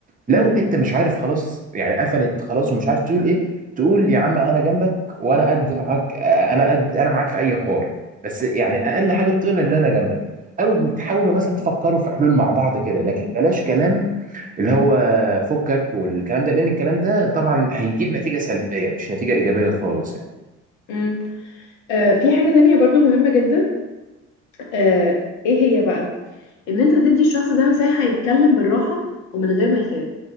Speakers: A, on the left (about 75°); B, on the right (about 20°).
A: مم.
B: لو انت مش عارف خلاص يعني قفلت خلاص ومش عارف تقول ايه تقول يا عم انا جنبك وانا قد معاك انا قد انا معاك في اي حوار بس يعني اقل حاجه انت تقولها ان انا جنبك او تحاولوا مثلا تفكروا في حلول مع بعض كده لكن بلاش كلام اللي هو فكك والكلام ده لان الكلام ده طبعا هيجيب نتيجه سلبيه مش نتيجه ايجابيه خالص يعني
A: مم. آه في حاجة تانية برضو مهمة جدا آه ايه هي بقى إن أنت تدي الشخص ده مساحة يتكلم بالراحة ومن غير ما يخاف